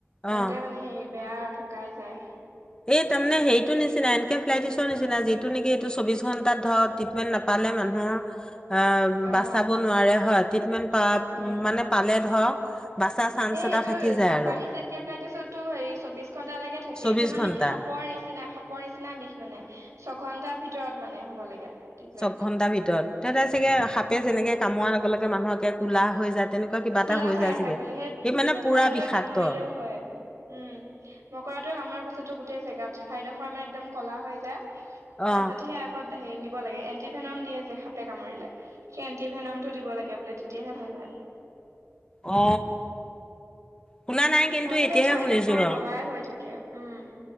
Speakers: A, on the left (about 15°); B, on the right (about 85°).
A: অ
B: তেন্তে মানে হে বেয়া ঢুকাই যায়।
A: এই তাৰমানে সেইটো নিচিনা এনকে ফ্লাইটিছ। নিচিনা যিটো নেকি এইটো চৌবিশ ঘণ্টাত ধৰ ট্ৰিটমেণ্ট নাপালে মানুহ। অ
B: অ',
A: বাচাব নোৱাৰে হয় ট্ৰিটমেণ্ট প
B: উম।
A: মানে পালে ধৰক। বাচা চান্স
B: এ
A: এটা
B: এইটো
A: থাকি যায়
B: জাপানীছ
A: আৰু
B: এনকে ফ্লাইটিছটো হে চৌবিশ ঘন্টালৈকে থাকে
A: চৌবিশ
B: এইটো মান।
A: ঘন্টা
B: মানে সাপৰ নিচিনা সাপৰ নিচিনা বিষ মানে ছঘন্টাৰ ভিতৰত মানে হ'ব লাগে। ট্ৰিটমেন্ট।
A: ছয় ঘন্টা ভিতৰত তে তাৰ চাগে সাপে যেনেকে কামোৱাৰ লগে লগে মানুহকে। কোলা হৈ যায় তেনেকুৱা কিবা
B: কোলা
A: এটা হৈ যায়
B: আহে
A: চাগে
B: বোলে সেই
A: এই মানে
B: মকৰাটোৱে
A: পুৰা বিষাক্ত।
B: কামুৰিলেও হয় উম মকৰাটো আামাৰ পাছতো গোটেই চাগে। <unintelligible> চাৰিডোখৰ মানে একদম ক'লা হৈ যায় তাৰপিছতহে
A: অ
B: আগত। হেৰি নিব লাগে এণ্টিভেনম দিয়ে যে সাপে কামুৰিলে সেই এন্টিভেনম টো দিব লাগে বোলে তেতিয়া। তেতিয়াহে ভাল হয়।
A: অ শুনা নাই কিন্তু
B: তাৰপিছত
A: এতিয়াহে
B: এই ঠাইডোখৰ
A: শুনিছো বাৰু
B: কলাই হৈ থাকে। উম